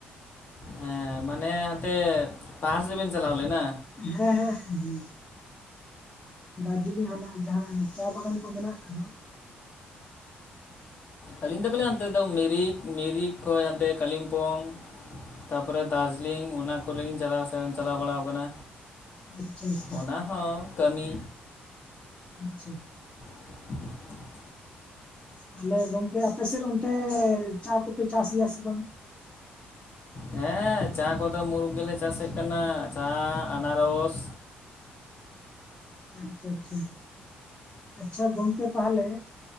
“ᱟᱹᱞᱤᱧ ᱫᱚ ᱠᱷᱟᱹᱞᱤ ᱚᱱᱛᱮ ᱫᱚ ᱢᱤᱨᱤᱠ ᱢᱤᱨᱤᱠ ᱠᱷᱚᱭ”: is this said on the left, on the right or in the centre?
Left